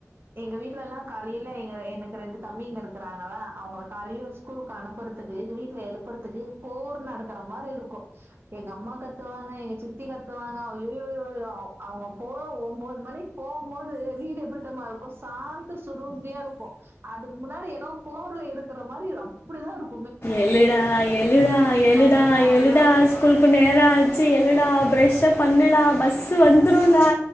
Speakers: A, on the right (about 45°); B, on the left (about 40°).
A: எங்க வீட்லெல்லா காலை ல எங்க எனக்கு ரெண்டு தம்பி இங்க இருக்கிறாங்களா அவங்க காலையில ஸ்கூல்க்கு அனுப்புறத்துக்கு வீட்டுல எழுப்புறத்துக்கு போர் நடக்கற மாரி இருக்கு எங்க அம்மா கத்துவாங்க எங்க சித்தி கத்துவாங்க அய்யய்யோ அவங்க போ ஒம்போது மணிக்கு போம்போது வீடு எப்படித்தெமா இருக்கு சாந்த சுரூபியா இருக்கு அதுக்கு முன்னாடி ஏனோ போர்ல இருக்கிற மாரி அப்டிதா இருக்
B: எழுடா எழுடா எழுடா
A: அடடா
B: எழுடா
A: ஐயோ
B: ஸ்கூல்க்கு நேரம் ஆச்சு எழுடா ஃப்ரெஷ்ஷப் பண்ணுடா பஸ் வந்துருன்டா